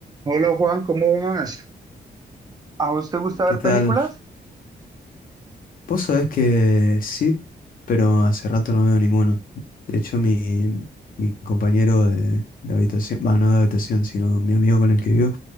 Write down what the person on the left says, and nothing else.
¿Qué
tal?
Vos sabés que sí, pero hace rato no veo ninguno. De hecho, mi, mi compañero de, de habitación, bueno, no de habitación, sino mi amigo con el que vivo,